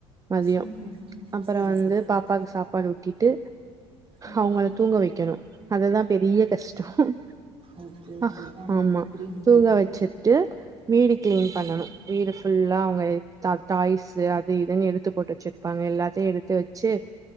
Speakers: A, on the right; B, on the right.
A: மதியோம்
B: ம், ம்.
A: அப்புறோம்
B: சரி
A: வந்து
B: சரி சிஸ்டர்
A: பாப்பாக்கு சாப் நாடு ஊட்டிட்டு
B: ம்
A: அவுங்கள
B: ம், ம்.
A: தூங்க வெக்கணும் அது தான் பெரிய கஷ்டோம்
B: ஓகே ஓகே
A: அ
B: ஆ
A: ஆமா
B: புரியுது
A: தூங்க வெச்சுட்டு வீடு கிளீன்
B: ம்
A: பண்ணணும் வீடு ஃபுல்லா அவுங்க டதாய்ஸ்ஸு அது இதுன்னு எடுத்து போட்டு வெச்சுருப்பாங்க எல்லாத்தயும் எடுத்து வெச்சு <inaudible>